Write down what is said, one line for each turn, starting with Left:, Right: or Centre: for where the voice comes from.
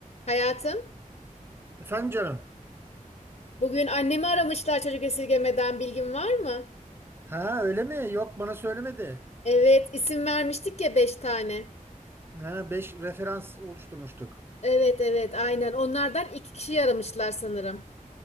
Left: Hayatım,
Right: Efendim canım.
Left: bugün annemi aramışlar çocuk esirgemeden bilgin var mı?
Right: Ha öyle mi? Yok bana söylemedi.
Left: Evet, isim vermiştik ya beş tane.
Right: Ha 5 referans oluşturmuştuk.
Left: Evet evet aynen onlardan iki kişi aramışlar sanırım.